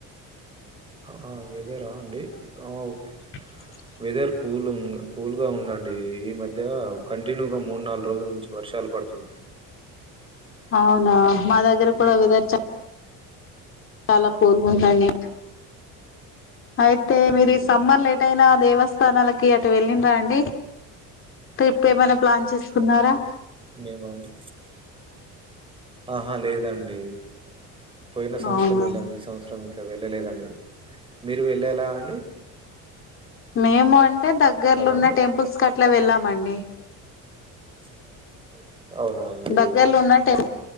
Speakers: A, on the right; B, on the left.
A: ఆ హ వేదరా అండి ఆ ఒకే
B: బ్లాంక్
A: వెదర్ కూల్ ఉంగ్ కూల్ గా ఉందండి ఈ మధ్య కంటిన్యూగా మూడ్ నాలుగు రోజుల నుంచి వర్షాలు పడుతుంది
B: అవునా మా దగ్గర కూడా వెదర్ చ చాలా కూల్ గుందండి అయితే
A: మ్మ్.
B: మీరీ సమ్మర్లో ఎటైనా దేవస్థానాలకి అటు వెళ్ళిన్రా అండి ట్రిప్ ఏమైనా ప్లాన్ చేసుకున్నారా
A: మేమండి ఆహా లేదండి పోయిన సంవత్సరం
B: అవునా
A: వెళ్ళాము ఈ సంవత్సరం ఇంకా వెళ్ళలేదండి మీరు వెళ్ళేలా అండి
B: మేము అంటే దగ్గర్లో
A: హలో
B: ఉన్న టెంపుల్స్ కట్లా వెళ్ళామండి
A: <inaudible> అవునా అండి
B: దగ్గర్లో ఉన్న టెం